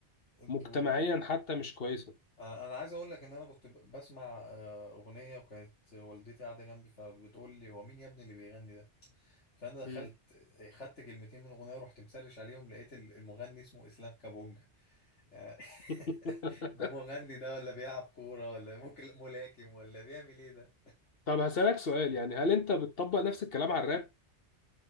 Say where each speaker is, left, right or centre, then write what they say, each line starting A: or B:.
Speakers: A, on the left; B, on the left.
A: انتوا
B: مجتمعيا حتى مش كويسة
A: انا أنا عايز اقول لك ان انا كنت ب- بسمع آه، اغنيه وكانت والدتي قاعده جنبي فبتقول لي هو مين يا ابني اللي بيغني ده فانا دخلت
B: مم.
A: آه، خدت كلمتين من الاغنيه ورحت مسرش عليهم لقيت ال- المغني اسمه اسلام كابونجا يعني
B: <laughs>
A: <laughs> ده مغني ده ولا بيلعب كوره ولا ممكن ملاكم ولا بيعمل ايه ده
B: طب هسألك سؤال يعني هل انت بتطبق نفس الكلام على الراب؟